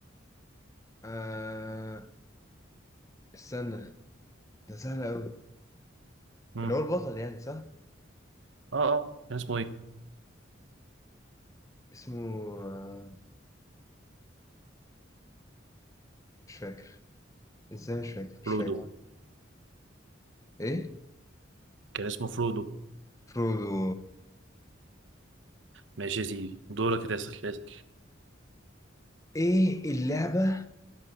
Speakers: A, on the left; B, on the right.
A: آه استنى ده سهل أوي
B: مم.
A: اللي هو البطل يعني صح
B: اه اه كان اسمه ايه
A: اسمه آه، مش فاكر ازاي مش فاكر مش
B: فرودو
A: فاكر ايه
B: كان اسمه فرودو
A: فرودو
B: ماشي يا سيدي دورك تسأل اسأل
A: ايه اللعبة